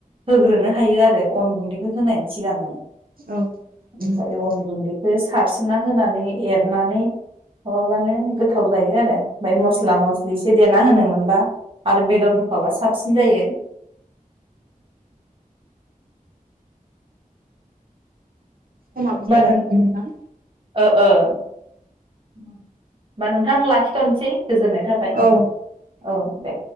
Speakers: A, on the right; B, on the right.
A: होग्रोनो हायो आरो अन गुन्दैखौ होनायनि सिगांनो।
B: औ
A: ओमफायो
B: नंगौ दे
A: अन गुन्दैखोस सारसोना होनानै एरनानै खोबाबानो गोथाव जायो आरो फाय मस्ला मस्लि एसे देना होनो मोनबा आरो बेदर होफाबा साब सिन जायो।
B: समाबो जाबाय
A: नों
B: नोंथां
A: ओ ओ होमबा नोंथां लाखि थ'नसै गोजोननाय थाबाय
B: औ
A: औ दे